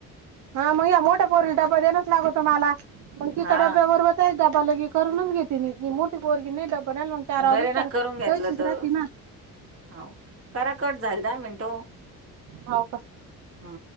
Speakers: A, on the right; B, on the right.
A: हा मग या मोठा कोर डबबा देणच लागततो मला मग तिच्या
B: हा
A: डब्याबरोबर डबा लगे करूनच घेते म मोठीिक वरगन नाही डबाया चार
B: बरे
A: वाजतार
B: ना करून घेतलं
A: दशच
B: तर
A: राहती ना.
B: हो करा कट झाल दहा मिनट.
A: हाव का.
B: हा.